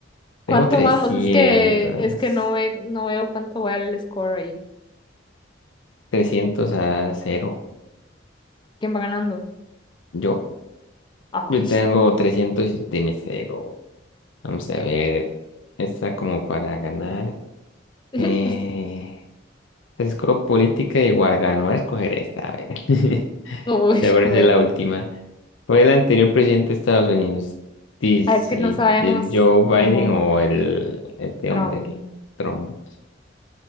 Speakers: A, on the left; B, on the left.
A: Tengo
B: ¿Cuánto
A: 300
B: vamos? Es que es que no ve, no veo cuánto va el score ahí.
A: trescientos a cero.
B: ¿Quién va ganando?
A: Yo,
B: Ay,
A: yo tengo trescientos y tú tienes cero. Vamos
B: qué
A: a ver.
B: feo.
A: Esta como para ganar.
B: <laughs>
A: Eh, escojo política y igual gano. Voy a escoger esta, a ver. <laughs>
B: Uy,
A: Ya parece
B: bueno.
A: la última. ¿Fue el anterior presidente de Estados Unidos? Dici-
B: Ah, es que no sabemos
A: ¿El Joe Biden
B: cómo
A: o el este
B: Trump.
A: hombre, el Trump?